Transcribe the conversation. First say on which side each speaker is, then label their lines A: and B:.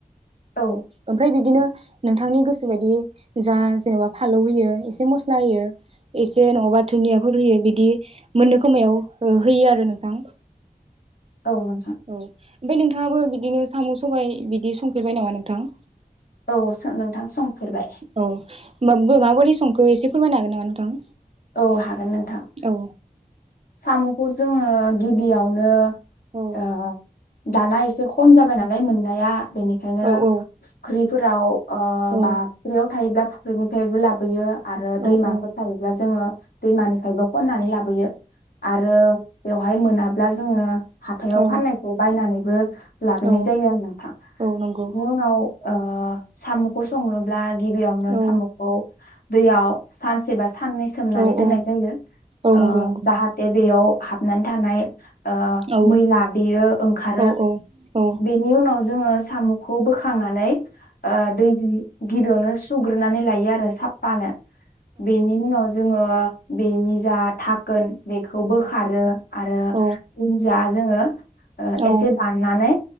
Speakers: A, on the left; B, on the right.
A: औ
B: ओमफ्राय बिदिनो नोंथांनि गोसो गोसो बायदि जा जेन'बा फालौ होयो एसे मस्ला होयो एसे नङाबा धुननियाफोर होयो बिदि मोननो खोमायाव होयो आरो नोंथां
A: औ नोंथां
B: औ <unintelligible> नोंथाङाबो बिदिनो साम' सबाय बिदि संफेरबाय नामा नोंथां
A: औ सो नोंथां संफेरबाय
B: औ माब माबायदि संखौ एसे फोरमायनो हागोन नामा नोंथां।
A: औ हागोन नोंथां
B: औ
A: साम'खौ जोङो गिबियावनो
B: औ
A: ओ दाना एसे खम जाबाय नालाय मोननाया बेनिखायनो
B: औ औ
A: संख्रि फोराव अ
B: औ
A: बा फुख्रियाव थायोब्ला फुख्रिनिफ्रायबो लाबोयो आरो
B: औ
A: दैमाफोर
B: औ
A: थायोब्ला जोङो दैमानिफ्रायबो खननानै लाबोयो। आरो बेव हाय मोनाब्ला जोङो हाथायाव
B: औ
A: फाननायखौ बायनानै बो लाबोनाय
B: औ
A: जायो आरो नोंथां
B: औ नंगौ
A: बेनि उनाव ओ सामुखौ सङोब्ला गिबियावनो
B: औ
A: सामखौ दैयाव सानसेबा सा साननै सोमनानै
B: औ
A: दोननाय
B: औ
A: जायो
B: औ
A: ओ
B: नंगौ नंगौ
A: हाथे बेयाव हाबनानै थानाय ओ
B: औ
A: मैला बेयो ओंखारो
B: औ औ औ
A: बेनि उनाव जोङो साम'खौ बोखांनानै ओ दैजों गिबियावनो सुग्रोनानै लायो आरो साफानो बेनि उनाव जोङो बेनि जा था गोन बेखौ बोखारो आरो
B: औ
A: उनजा जोङो ओ एसे
B: औ
A: दाननानै